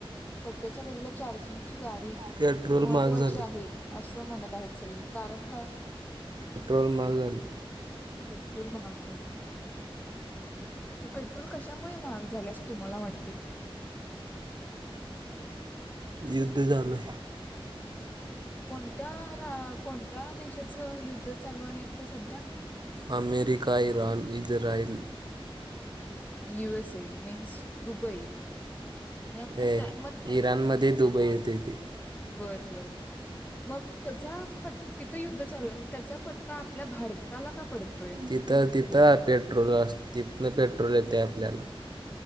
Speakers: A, on the left (about 15°); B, on the right (about 50°).
A: सध्याच्या गडीला चार्जिंगची गाडी
B: पेट्रोल
A: महत्त्वाची
B: महाग झाले
A: आहे. असं म्हणत आहेत. सगळी कारण काय
B: पेट्रोल म्हाग झालय
A: पेट्रोल महाग झाले. मग पेट्रोल कशामुळे महाग झाले असे तुम्हाला वाटते!
B: <inaudible> युद्ध चालुय
A: कोणत्या रा कोणत्या देशाचं युद्ध चालू आहे. आता सध्या
B: America, Iran, Israel
A: US A means Dubai आणि आपल्या
B: ए
A: त्या मग
B: इराणमध्ये दुबई येतेय ते
A: बरं बरं मग त्याचा फट तिथं युद्ध चालू आहे. मग त्याचा फटका आपल्या भारताला का पडतोय?
B: तिथ तिथ पेट्रोल अस तिथनं पेट्रोल येतय आपल्याला